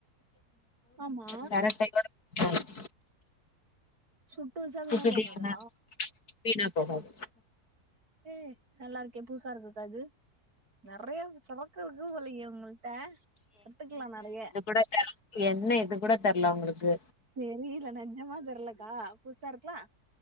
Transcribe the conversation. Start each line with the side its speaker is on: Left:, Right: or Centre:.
Right: ஆமா
Left: சரத்தாய <inaudible>
Right: சுட்டு வச்சா வீணா
Left: சுட்டுட்டீங்கன்னா
Right: போகாதா
Left: வீணா போகாது
Right: ஹே நல்லாருக்கே புதுசாருக்குக்கா இது நறைய செவக்குருக்கு போலயே உங்கள்ட்ட கத்துக்லா நறைய
Left: கூடத் தெர்ல என்ன இது கூட தெர்ல உங்ளுக்கு
Right: <unintelligible> தெர்லக்கா புசாருக்குலா